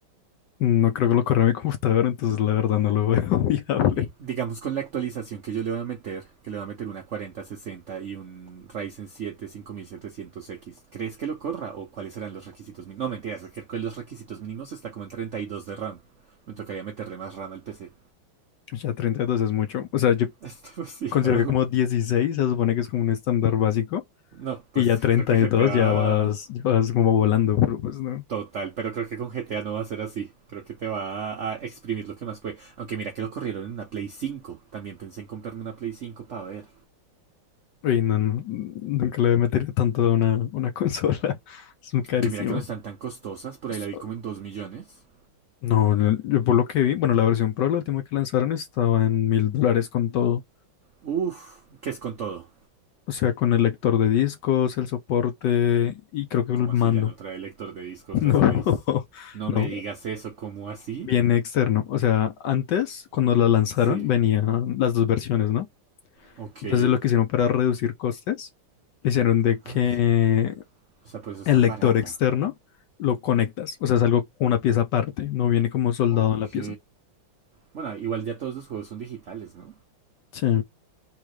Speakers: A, on the left; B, on the right.
A: No creo que lo corra mi <laughs> computadora, entonces la verdad no lo veo <laughs> viable.
B: Y, digamos con la actualización que yo le voy a meter, que le voy a meter una cuarenta, sesenta y un Ryzen siete, cinco mil setecientos x ¿crees que lo corra o cuáles serán los requisitos mínimos? No, mentiras, es que con los requisitos mínimos está como en 32 de RAM. Me tocaría meterle más RAM al PC.
A: Ya 32 es mucho. O sea, yo
B: <laughs> Es demasiado.
A: considero que como 16 se supone que es como un estándar básico
B: No, pues
A: y ya 32
B: creo que GTA
A: ya vas, ya vas como volando, pero pues no.
B: total, pero creo que con GTA no va a ser así. Creo que te va a, a exprimir lo que más puede. Aunque mira que lo corrieron en una Play 5. También pensé en comprarme una Play 5 para ver.
A: Y no, no, nunca le metería tanto a una, una consola. <laughs> Es muy carísimo.
B: Aunque mira que no están tan costosas, por
A: So-
B: ahí la vi como en dos millones.
A: No, no, yo por lo que vi, bueno, la versión Pro, la última que lanzaron, estaba en mil dólares con todo.
B: Uf, ¿qué es con todo?
A: O sea, con el lector de discos, el soporte y creo que el
B: ¿Cómo
A: mando.
B: así ya no trae lector de discos
A: <laughs>
B: las Plays?
A: No,
B: No
A: no,
B: me digas eso, ¿cómo así?
A: viene externo. O sea, antes, cuando la lanzaron,
B: Sí,
A: venían las dos versiones, ¿no?
B: ok.
A: Entonces lo que hicieron para reducir costes, hicieron de que
B: Vamos. O sea, por eso es
A: el
B: tan
A: lector
B: barata.
A: externo lo conectas, o sea, es algo con una pieza aparte, no viene como soldado
B: Ok.
A: en la pieza.
B: Bueno, igual ya todos los juegos son digitales, ¿no?
A: Sí,